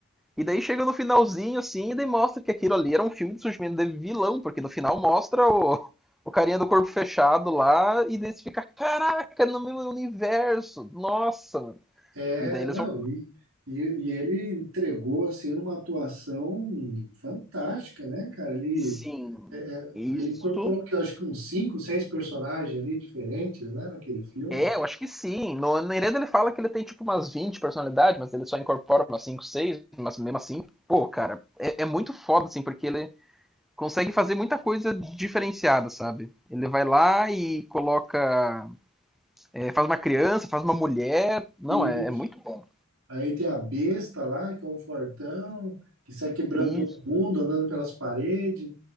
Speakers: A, in the centre; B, on the right.
A: E daí chega no finalzinho, assim, e daí mostra que aquilo ali era um filme de surgimento de vilão, porque no final mostra o, o carinha do corpo fechado lá, e daí você fica, caraca, no meu universo, nossa, mano.
B: é,
A: E daí eles
B: não,
A: vão,
B: e, e, e ele entregou, assim, uma atuação fantástica, né, cara, ele...
A: sim,
B: É, é,
A: isso
B: ele incorporou que eu acho que uns cinco, seis personagens ali diferentes, né, naquele filme.
A: É, eu acho que sim. No, na Ireda ele fala que ele tem tipo umas 20 personalidades, mas ele só incorpora umas 5, 6. mas mesmo assim, pô, cara, é, é muito foda, assim, porque ele consegue fazer muita coisa diferenciada, sabe? Ele vai lá e coloca. é, faz uma criança, faz uma mulher. Não,
B: Isso.
A: é, é muito bom.
B: Aí tem a besta lá, que é o fortão, que sai quebrando
A: Isso.
B: todo mundo, andando pelas paredes.